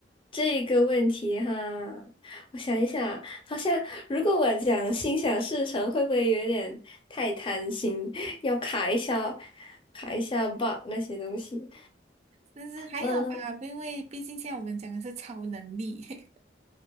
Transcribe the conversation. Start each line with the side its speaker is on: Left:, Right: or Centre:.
Left: 这个问题哈，我想一想，好像如果我讲心想事成，会不会有点太贪心？要卡一下，卡一下 bug 那些东西。
Right: 但是还好吧，
Left: 嗯
Right: 因为毕竟现在我们讲的是超能力。<laughs>